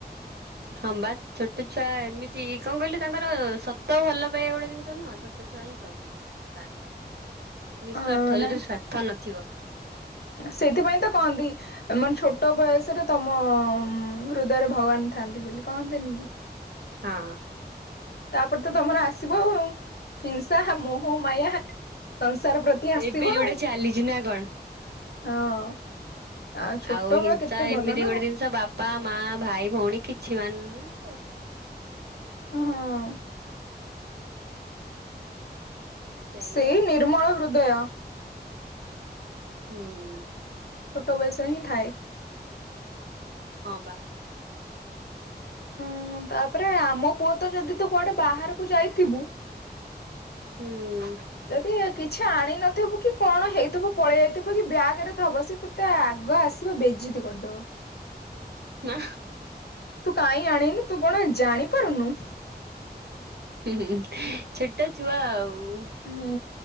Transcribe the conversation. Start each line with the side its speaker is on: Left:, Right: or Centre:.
Right: ହଁ ବା ଛୋଟ ଛୁଆ ଏମିତି କଣ କହିଲି ତାଙ୍କର ସତ ଭଲ ପାଇବା ଗୋଟେ ଜିନିଷ ନୁହଁ। ଛୋଟ ଛୁଆଁ କର ମାନେ ପାଆନ୍ତି ନିଃସ୍ଵାର୍ଥ
Left: ହଁ
Right: ଯୋଉଥିରେ
Left: ନାଇଁ
Right: ସ୍ଵାର୍ଥ ନଥିବ।
Left: ସେଇଥିପାଇଁ ତ କହନ୍ତି। ମାନେ ଛୋଟ ବୟସରେ ତମ ହୃଦୟରେ ଭଗବାନ ଥାନ୍ତି ବୋଲି କହନ୍ତୀନି କି।
Right: ହଁ।
Left: ତାପରେ ତ ତମର ଆସିବ ଆଉ। ହିଂସା, ମୋହ, ମାୟା, ସଂସାର ପ୍ରତି ଆସିବ
Right: ଏବେ ଯୋଉଟା
Left: ଆଉ।
Right: ଚାଲିଛି ନା କଣ
Left: ହଁ। ଛୋଟ
Right: ଆଉ
Left: ବେଳ
Right: ହିଂସା
Left: କେତେ ଭଲ
Right: ଏମିତି
Left: ନା
Right: ଗୋଟେ
Left: ଆଉ
Right: ଜିନିଷ ବାପା, ମା, ଭାଇ ଭଉଣୀ କିଛି ମାନୁ ନାହିଁ।
Left: ହଁ।
Right: <unintelligible>
Left: ସେଇ
Right: ଆଉ
Left: ନିର୍ମଳ
Right: କଣ କରିବା
Left: ହୃଦୟ।
Right: ହୁଁ।
Left: ଛୋଟ ବୟସରେ ହିଁ ଥାଏ‌।
Right: ହଁ ବା।
Left: ହୁଁ ତାପରେ ଆମ ପୁଅ ତ ଯଦି ତୁ କୁଆଡେ ବାହାରକୁ ଯାଇଥିବୁ।
Right: ହୁଁ। ହୁଁ।
Left: ଯଦି କିଛି ଆଣ ନଥିବୁ କି କଣ ହେଇଥିବ ପଳେଇ ଆଇଥିବୁ କି ବ୍ୟାଗ ରେ ଥିବ ସେ। ତୋତେ ଆଗ ଆସିବ ବେଜିତି କରିଦବ।
Right: ନା।
Left: ତୁ କାହିଁକି ଆଣିନୁ ତୁ କଣ ଜାଣିପାରୁନୁ।
Right: ହି ହି ଛୋଟ ଛୁଆ ଆଉ। ‌
Left: ହଁ